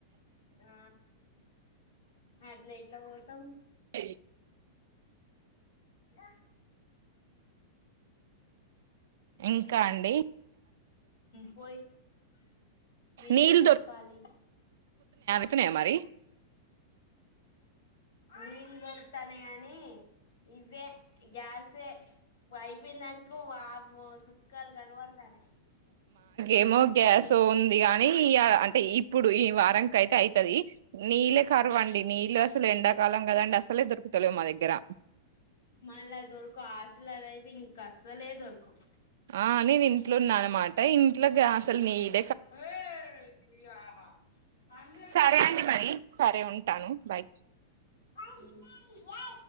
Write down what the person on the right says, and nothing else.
హ
ఇంకా అండి
నీళ్ళు
వచ్చినయా మరి
ఏమో గ్యాస్ ఉంది గాని అంటే ఇప్పుడు ఈ వారంక అయితే అవుతుది నీళ్ళ కరవండి నీళ్ళలు అసలు ఎండాకాలం కదండి అసలే దొరుకుతలే మా దగ్గర
ఆ నేను ఇంట్లో ఉన్నా అనమాట ఇంట్లోకి అసలు నెయ్యి
సరే అండి మరి సరే ఉంటాను బాయ్